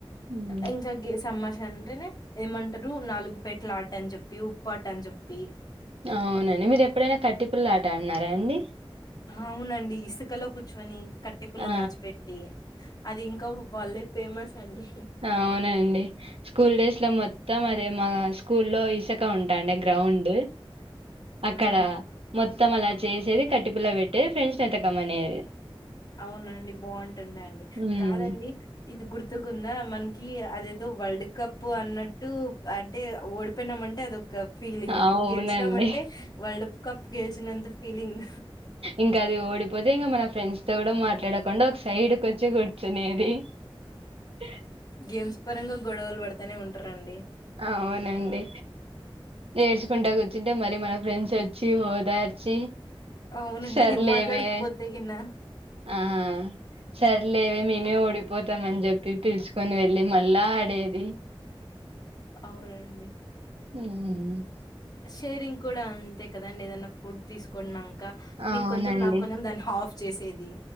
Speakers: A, on the right; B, on the left.
A: మ్మ్
B: ఇంకా గ సమాష అంటేనే ఏమంట అంటారు నాలుగు పేట్ల ఆట అని చెప్పి ఉప్పుట అని చెప్పి
A: అవునండి మీరు ఎప్పుడైనా కట్టిపుల్లట ఆడి నార అండి
B: అవునండి ఇసుకలో కూర్చుని కట్టి పుల్ల
A: ఆ!
B: దాచిపెట్టి అది ఇంకా భలే ఫేమస్ అండి
A: అవునండి స్కూల్ డేస్ లో మొత్తం అదే మా స్కూల్ లో ఐసు పెద్దగా ఉంటాండ గ్రౌండ్ అక్కడ
B: ఉమ్
A: మొత్ మత్తం అలా చేసేది కట్టిపుల్ల పెట్టేది ఫ్రెండ్స్ ని ఎతకమనేది
B: అవునండి బాగుంటుందండి
A: హ్మ్.
B: కాదండి ఇది గుర్ ఒత్తుకుందా మనకి అదేదో వరల్డ్ కప్ అన్నట్టు అంటే ఓడిపోయినామంటే అదొ ఒక ఫీలింగ్
A: అవునండి.
B: గెలిచినా మంటే వరల్డ్ కప్ గెలిచినంత ఫీలింగ్
A: ఇంకా అది ఓడిపోతే ఇంకా మన ఫ్రెండ్స్ తొ గుడ మాట్లాడకుండా ఒక సైడ్క వచ్చి కూర్చునేది <unintelligible>
B: ఈస్ పరంగా గొడవలు పడుతానే ఉంటరండి
A: అవునండి ఏర్చుకుంట కూర్చుంటే మరి మన ఫ్రెండ్స్ వచ్చి ఓదార్చి
B: అవునండి
A: సర్లేవే
B: మాట్లాడకపోతే గినా
A: ఆ సర్లేవే మేమే ఓడిపోతామని జెప్పి పిలుచుకొని వెళ్ళి మళ్ళా ఆడేది
B: అవునండి
A: <unintelligible>
B: షేరింగ్ కూడా అన్ అంతే కదండి ఏదనా ఫుడ్ తీసుకున్నక
A: అవునండి
B: నీకు కొంచెం నాకు కొంచెం దాన్ని ఆఫ్ చేసేది